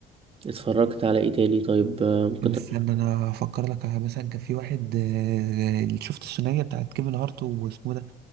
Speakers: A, on the right; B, on the right.
A: اتفرجت على ايه تاني طيب آه، ممكن
B: استنى
A: تر-
B: انا افكر لك على مثلا كان في واحد آه، اللي شفت الثنائيه بتاعت كيفن هارت واسمه إيه ده